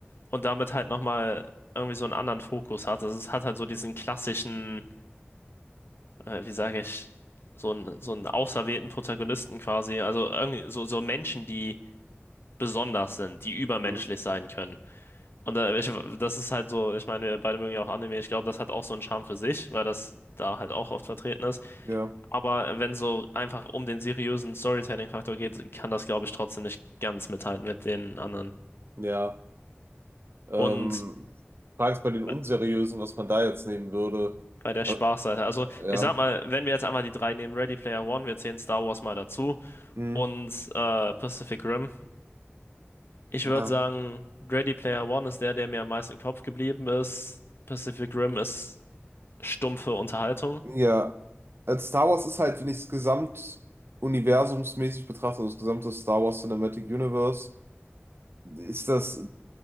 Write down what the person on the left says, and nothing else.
und damit halt nochmal irgendwie so einen anderen Fokus hat. Also es hat halt so diesen klassischen, äh, wie sage ich, so einen, so einen auserwählten Protagonisten quasi. Also irgendwie so, so Menschen, die besonders sind, die übermenschlich
sein können. Und äh, ich, das ist halt so, ich meine, wir beide mögen ja auch Anime. Ich glaube, das hat auch so einen Charme für sich, weil das da halt auch oft vertreten ist.
Aber wenn so einfach um den seriösen Storytelling-Faktor geht, kann das, glaube ich, trotzdem nicht ganz mithalten mit den anderen.
Und
bei,
bei der
Spaßseite, also
ich sag mal, wenn wir jetzt einmal die drei nehmen, Ready Player One, wir zählen Star Wars mal dazu
und äh, Pacific Rim. Ich
würde sagen, Ready Player One ist der, der mir am meisten im Kopf geblieben ist. Pacific Rim ist stumpfe Unterhaltung.